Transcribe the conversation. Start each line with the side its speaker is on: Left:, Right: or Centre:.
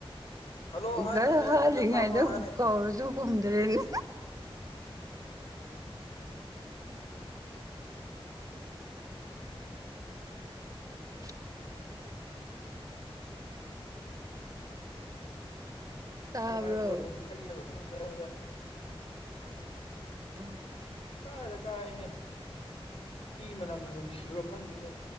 Left: ꯍꯜꯂꯣ ꯍꯥꯏꯕꯅꯨꯅꯦ
Right: ꯒꯠ ꯍꯥꯜꯂꯤꯉꯩꯗ
Left: ꯑꯩꯉꯣꯟꯗ ꯇꯥꯕ꯭ꯔꯣ ꯍꯥꯏꯕꯅꯦ
Right: ꯀꯧꯔꯁꯨ ꯀꯨꯝꯗ꯭ꯔꯦꯅꯦ ꯎ ꯇꯥꯕ꯭ꯔꯣ
Left: ꯍꯥꯏꯕ꯭ꯔꯣ ꯅꯨꯡꯐꯩ ꯍꯥꯏꯕ꯭ꯔꯣ ꯈꯪꯗꯔ꯭ꯦ ꯑꯥꯢꯋꯥꯏꯗ
Right: ꯑꯥ
Left: ꯄꯨꯡꯀꯥꯗ ꯀꯥꯏꯅꯦ ꯏ ꯃꯅꯝꯅ ꯅꯨꯡꯁꯤꯕ꯭ꯔꯣ ꯈꯪꯗꯦꯅꯦ